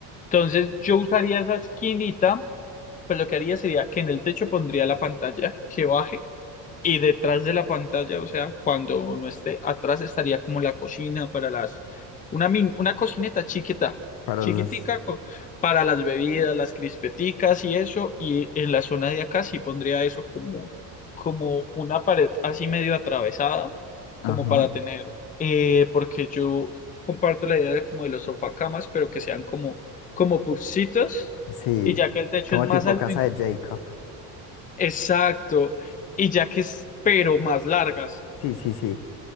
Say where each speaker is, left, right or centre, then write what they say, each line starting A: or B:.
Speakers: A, on the left (about 20°); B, on the left (about 65°).
A: Entonces yo usaría esa esquinita pues lo que haría sería que en el techo pondría la pantalla que baje y detrás de la pantalla, o sea, cuando no esté atrás estaría como la cocina para las, una, min- una cocineta chiquita,
B: para
A: chiquitica
B: las,
A: co- para las bebidas, las crispeticas y eso, y en la zona de acá sí pondría eso como, como una pared así medio atravesada, como
B: ajá,
A: para tener, eh, porque yo comparto la idea de como de los sofacamas, pero que sean como, como pufcitos
B: sí,
A: y ya que el techo
B: como
A: es más
B: tipo
A: alto,
B: casa de Jacob.
A: Exacto. Y ya que es, pero más largas,
B: Sí, sí, sí,